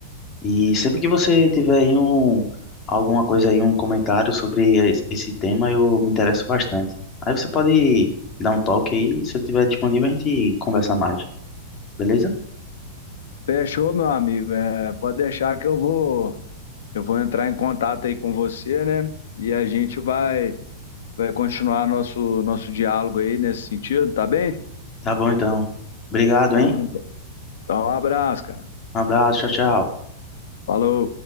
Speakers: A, on the left (about 20°); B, on the left (about 80°).
A: E sempre que você tiver aí um, alguma coisa aí, um comentário sobre es- esse tema, eu me interesso bastante. Aí você pode dar um toque aí, se eu tiver disponível, a gente conversa mais, beleza?
B: Fechou, meu amigo. É, pode deixar que eu vou, eu vou entrar em contato aí com você, né? E a gente vai, vai continuar nosso, nosso diálogo aí nesse sentido, tá bem?
A: Tá bom então. Obrigado,
B: Então,
A: hein?
B: então, um abraço, cara.
A: Um abraço, tchau, tchau.
B: Falou.